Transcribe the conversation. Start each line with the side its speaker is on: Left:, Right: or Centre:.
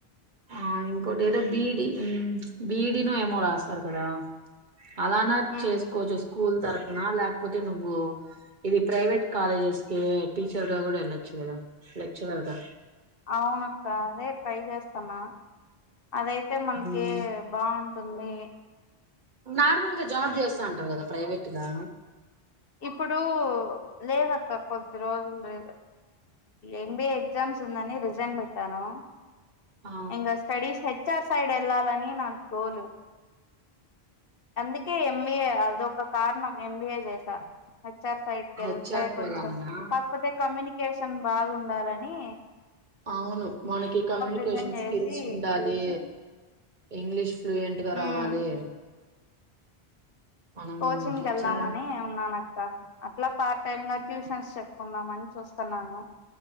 Right: ఆ ఇంకోటి ఏదో బీడీ బీడీ ను ఏమో రాస్తారు కదా అలానా
Left: ఉమ్
Right: చేస్ కొంచం స్కూల్ తరఫున లేకపోతే నువ్వు ఇది ప్రైవేట్ కాలేజెస్ కి టీచర్గా కూడా వెళ్ళొచ్చు కదా లెక్చరర్ గా
Left: అవునక్క అదే ట్రై చే స్తన్నా అదయితే మనకి
Right: ఉమ్,
Left: బాగు సమ్మె
Right: నార్మల్గా జాబ్ చేస్తా ఉంటారు కదా ప్రైవేట్గా
Left: ఇప్పుడు లేదక్క కొద్ది రోజులు ఎంబిఏ ఎగ్జామ్స్ ఉందని రిజైన్ పెట్టాను
Right: ఆ
Left: ఇంగ స్టడీస్ హెచ్ ఆర్ సైడ్ ఎలా న నాకు గోలు అందుకే ఎం ఏ అదొక కారణం ఎం బీ ఏ చే హెచ్ ఆర్ సైడ్కి వెళ్తే
Right: హెచ్ఆర్ కి
Left: కొంచెం
Right: వెళ్ళాలనా
Left: కాకపోతే కమ్యూనికేషన్ బాగు ండాలని
Right: అవును మనకి కమ్యూనికేషన్
Left: రిజైన్ చేసి
Right: స్కిల్స్ ఉండాలి ఇంగ్లీష్ ఫ్లూయెంట్ గా
Left: ఉమ్
Right: రావాలి మనం
Left: కోచింగ్కి
Right: హెచ్ఆర్
Left: వెళ్దామని ఉన్నాను అ క్క అట్లా పార్ట్ టైమ్ లో ట్యూషన్స్ చెప్ కుందామని చూస్తన్నాను